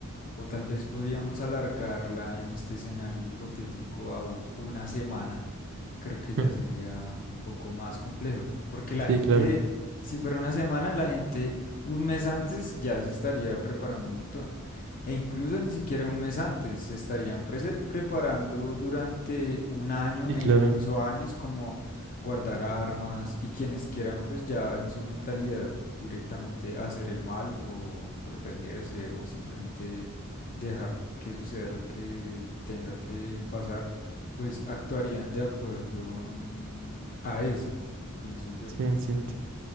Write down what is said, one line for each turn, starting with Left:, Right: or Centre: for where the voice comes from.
Left: o tal vez podríamos alargarla en este escenario hipotético a un- una semana. Creo que ya
Right: Mm.
Left: sería un poco más complejo. Porque la
Right: Sí,
Left: gente,
Right: claro.
Left: si fuera una semana, la gente un mes antes ya se estaría preparando un montón. E incluso ni siquiera un mes antes, se estarían prese- preparando durante un año
Right: Sí,
Left: e
Right: claro.
Left: incluso años como guardar armas y quienes quieran pues ya en su mentalidad directamente hacer el mal o protegerse o simplemente dejar que suceda lo que tenga que pasar, pues actuarían de acuerdo mm, a eso, pienso yo.
Right: Sí, sí,